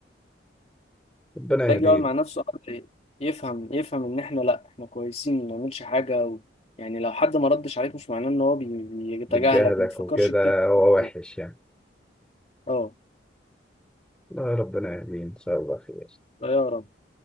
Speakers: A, in the centre; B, on the left (about 35°).
A: ربنا
B: ومحتاج
A: يهديك
B: يقعد مع نفسه قعده يفهم يفهم ان احنا لا احنا كويسين ما نعملش حاجه و... يعني لو حد ما ردش عليك مش معناه ان هو بي- بيتجاهلك
A: بجهدك
B: وما تفكرش
A: وكده
B: كتير
A: هو وحش
B: فيها
A: يعني
B: اه
A: الله ربنا يهديه ان شاء الله خير
B: لا يا رب